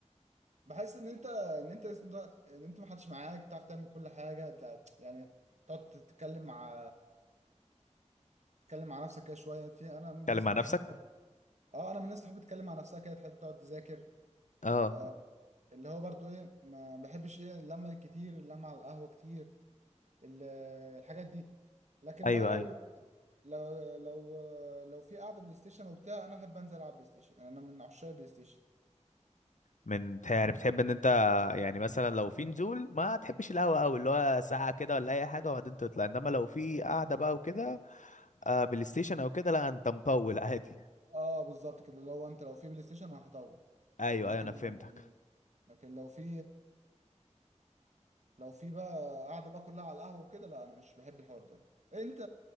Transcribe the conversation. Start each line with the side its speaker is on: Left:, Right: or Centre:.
Right: بحس ان انت ان انت اسمه ده ان انت ما حدش معاك تعرف تعمل كل حاجه تع- يعني تقعد تتكلم مع تتكلم مع نفسك كده شويه في انا من الناس
Left: تتكلم مع
Right: اللي
Left: نفسك
Right: تحب اه انا من الناس اللي تحب تتكلم مع نفسها كده تحب تقعد تذاكر
Left: اه
Right: آه اللي هو برضو ايه ما بحبش ايه اللمه الكتير اللمه على القهوه كتير ال- الحاجات دي لكن
Left: ايوه
Right: بقى لو
Left: ايوه
Right: لو لو لو في قعده بلاي ستيشن وبتاع انا احب انزل العب بلاي ستيشن انا من عشاق بلاي ستيشن
Left: من بتح- يعني بتحب ان انت يعني مثلا لو في نزول ما تحبش القهوه قوي اللي هو ساعه كده ولا اي حاجه وبعدين تطلع انما لو في قعده بقى وكده آه بلاي ستيشن او كده لا انت مطول عادي
Right: اه بالظبط كده لو انت لو في بلاي ستيشن انا هطول
Left: ايوه
Right: لكن
Left: ايوه انا فهمتك
Right: لكن لو في لو في بقى قاعده بقى كلها على القهوه وكده لا انا مش بحب الحوار ده انت